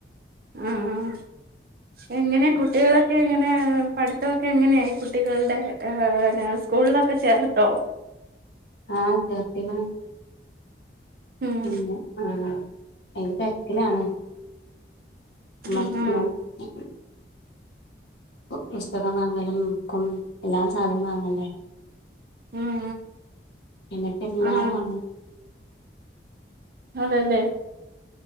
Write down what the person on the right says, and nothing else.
ആഹ്ആഹ് എങ്ങനെ കുട്ടികളൊക്കെ എങ്ങനെ പഠിത്തമൊക്കെ എങ്ങനെയായി കുട്ടികളുടെ ആഹ് സ്കൂളിലൊക്കെ ചേർത്തോ
ഉം
ആ
ഉം
ആ
അതേലെ